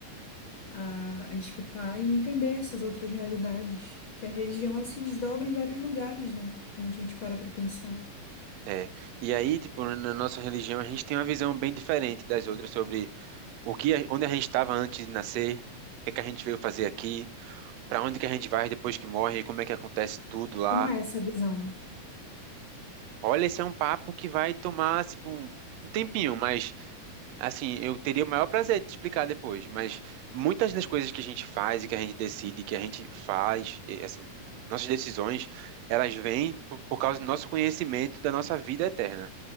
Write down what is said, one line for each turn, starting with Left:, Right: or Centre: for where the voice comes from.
Left: a, a escutar e entender essas outras realidades. Que a religião, ela se desdobra em vários lugares, né? Quando a gente para pra pensar.
Right: É. E aí, tipo, na nossa religião, a gente tem uma visão bem diferente das outras sobre o que, a- onde a gente estava antes de nascer, o que é que a gente veio fazer aqui, para onde que a gente vai depois que morre, como é que acontece tudo lá.
Left: Como é essa visão?
Right: Olha, esse é um papo que vai tomar, tipo, um um tempinho, mas Assim, eu teria o maior prazer de te explicar depois, mas muitas das coisas que a gente faz e que a gente decide, que a gente faz, e, assim, nossas decisões, elas vêm por, por causa do nosso conhecimento da nossa vida eterna.